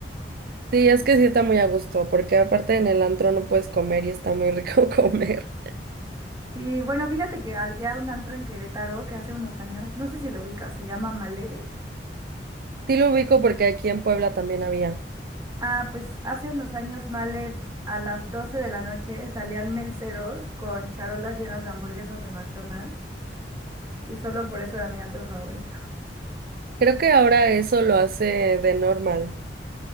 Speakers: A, on the right (about 55°); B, on the right (about 20°).
A: Sí, es que sí está muy a gusto, porque aparte en el antro no puedes comer y está muy rico <laughs> comer.
B: Sí, bueno, fíjate que había un antro en Querétaro que hace unos años, no sé si lo ubicas, se llama Malet.
A: Sí lo ubico porque aquí en Puebla también había.
B: Ah, pues hace unos años, Malet, a las 12 de la noche salían meseros con charolas llenas de hamburguesas de McDonald's y solo por eso era mi antro favorito.
A: Creo que ahora eso lo hace de normal.